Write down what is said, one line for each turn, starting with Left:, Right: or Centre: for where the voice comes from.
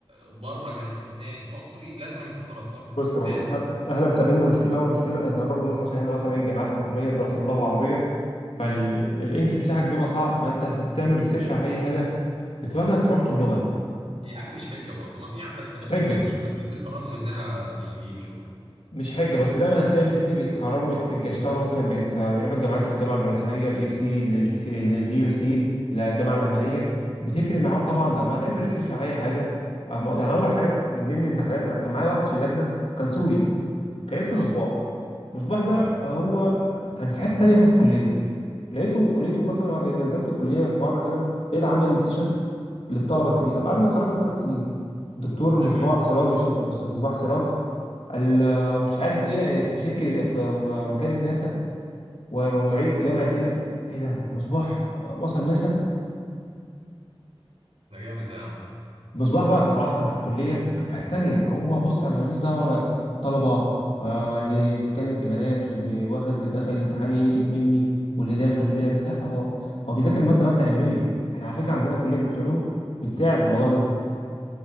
Right: بره كان استثنائي مصري لازم يكون خرج بره
Left: بص برضه
Right: لازم
Left: احنا احنا بتقابلنا مشكله اول مشكله احنا برضه مثلا عشان احنا مثلا ايه الجامعات الحكوميه الدراسه باللغه العربيه فالانجليش بتاعك بيبقى صعب فانت عشان تعمل ريسيرش عن اي حاجه بتواجهك صعوبة اللغة
Right: يا عم مش حجه برضه ما في عندك
Left: مش
Right: مدارس
Left: حجة
Right: انترناشونال اللي بيتخرجوا منها بي- بيمشوا بره
Left: مش حجة بس دايما هتلاقي الناس دي بيتخرجوا بيشتغلوا مثلا بيت... يروحوا الجامعات الجامعة البريطانية الاي يو سي الجي سي الجي يو سي الجامعة الألمانية بتفرق معاهم طبعا لما تعمل ريسيرش على أي حاجة أه، ما- هقول لك حاجة من ضمن الحاجات أنا كان معايا واحد في اللجنة كان سوري كان اسمه
Right: اه
Left: مصباح مصباح ده
Right: تمام
Left: هو كان في حتة تانية احنا في الكلية لقيته لقيته مثلا وانا نزلت الكلية في مرة كده لقيت عامل سيشن للطلبة الجديدة بعد ما اتخرجنا ثلاث سنين الدكتور
Right: تمام
Left: مصباح سراج مصباح سراج ال- مش عارف ايه في شركه في وكاله ناسا ومعيد
Right: اوب
Left: في جامعه ايه لا، ايه ده مصباح وصل ناسا
Right: ده جامد ده يا عم
Left: مصباح بقى الصراحه كان في الكليه كان في حته تانية هو بص انا ماليش دعوه انا طلبه آه، اللي بيتكلم في بنات واللي واخد دخل الامتحان ينقل مني واللي داخل واللي يعمل لا هو هو بيذاكر الماده ماده علميه احنا على فكره عندنا كليه كليه علوم بتساعد في الموضوع ده